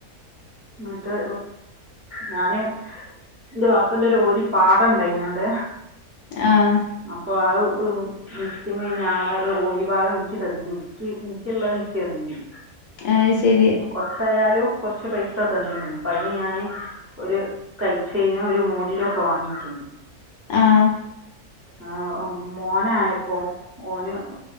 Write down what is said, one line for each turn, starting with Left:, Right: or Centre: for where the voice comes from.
Right: ന്നിട്ട് ഞാന് എന്റെ വാപ്പന്റൊരു ഓഹരി പാടണ്ടായിനി അവ്ടെ
Left: ആഹ്
Right: അപ്പൊ ആഹ് ഉം നിക്ക് ഞങ്ങളാരു ഓരിഭാഗം എനിക്ക് തന്നി എനിക്ക് എനിക്കുള്ളത് എനിക്ക് തന്നി
Left: അത് ശരി
Right: കൊറച്ചായാലും കൊറച്ച് പൈസ തന്നീനു പ്പ അതിന് ഞാന് ഒരു കൈച്ചേനോ ഒരു മോതിരം ഒക്കെ വാങ്ങിച്ചു.
Left: ആഹ്
Right: ആഹ് മോനായപ്പോ ഓന്